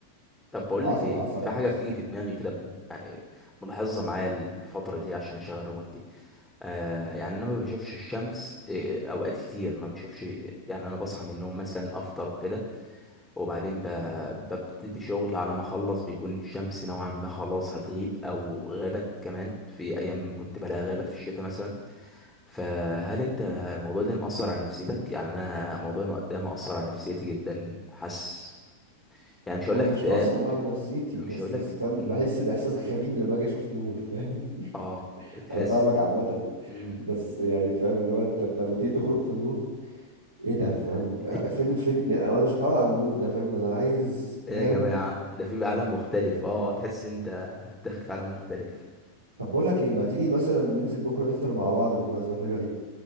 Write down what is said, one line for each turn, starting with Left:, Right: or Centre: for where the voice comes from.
Centre: طب بقول
Right: اتعصب
Centre: لك ايه
Right: اتعصب
Centre: في
Right: على
Centre: حاجه
Right: نفسي
Centre: بتيجي في دماغي كده ب- يعني ملاحظها معايا الفتره دي عشان اشغل الريموت دي آه يعني انا ما بشوفش الشمس آه، اوقات كتير ما بشوفش يعني انا بصحى من النوم مثلا افطر وكده وبعدين ب... ببتدي شغل على ما اخلص بيكون الشمس نوعا ما خلاص هتغيب او غابت كمان في ايام كنت بلاقيها غابت في الشتاء مثلا فهل انت الموضوع ده مأثر على نفسيتك يعني انا الموضوع ده مأثر على نفسيتي جدا حاسس يعني مش هقول
Right: هو
Centre: لك
Right: مش
Centre: اكتئاب
Right: مؤثر على نفسيتي
Centre: مش
Right: بس
Centre: هقول
Right: بس
Centre: لك
Right: فاهم
Centre: مم.
Right: بحس باحساس غريب لما اجي اشوف نور فاهم
Centre: اه
Right: <laughs>
Centre: تحس
Right: انا فاهمك عامه
Centre: مم.
Right: بس يعني فاهم اللي هو انت انت لما تيجي تخرج في النور ايه ده فاهم
Centre: <laughs>
Right: فين فين يعني انا مش متعود على النور ده فاهم انا عايز فاهم
Centre: ايه يا جماعة ده في عالم مختلف اه تحس انت داخل في عالم مختلف
Right: طب بقول لك ايه ما تيجي مثلا ننزل بكره نفطر مع بعض بالمناسبه الحلوه دي